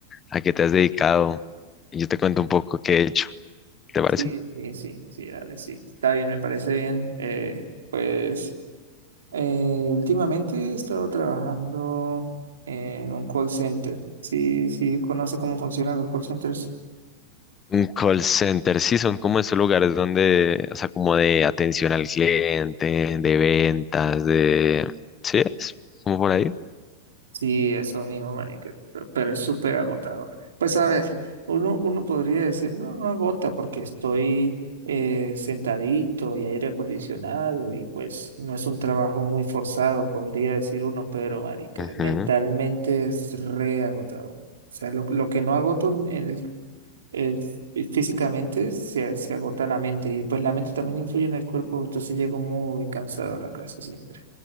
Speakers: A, on the left; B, on the right.
A: a qué te has dedicado? Y yo te cuento un poco qué he hecho. ¿Te parece?
B: sí, sí, sí, sí, dale, sí. Está bien, me parece bien. Eh, pues eh, últimamente he estado trabajando en un call center. Sí, sí, conoce cómo funcionan los call centers.
A: Un call center, sí, son como estos lugares donde, o sea, como de atención al cliente, de ventas, de... ¿Sí? es Como por ahí.
B: Sí, eso mismo, marica, pero pero es súper agotador. Pues a ver, uno, uno podría decir, no, no agota porque estoy eh, sentadito y aire acondicionado y pues no es un trabajo muy forzado, podría decir uno, pero marica,
A: Ujú.
B: mentalmente es re agotador. O sea, lo, lo que no agoto en el, el- eh, físicamente se, se agota la mente y pues la mente también influye en el cuerpo, entonces llego muy cansado a la clase siempre,